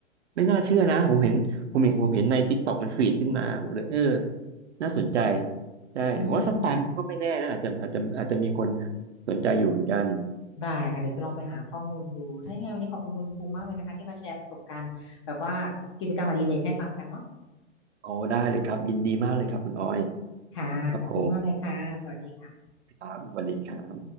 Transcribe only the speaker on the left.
อืม
ได้ค่ะเดี๋ยวจะลองไปหาข้อมูลดูถ้ายังไงวันนี้ขอบคุณคุณภูมิมากเลยนะคะที่มาแชร์ประสบการณ์แบบว่ากิจกรรมอดิเรกให้ฟังกันเนาะ
ค่ะขอบคุณมากเลยค่ะสวัสดีค่ะ